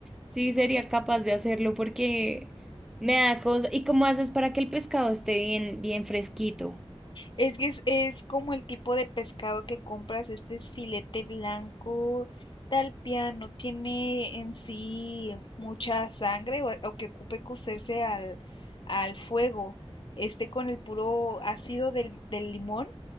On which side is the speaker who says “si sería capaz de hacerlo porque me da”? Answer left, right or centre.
Centre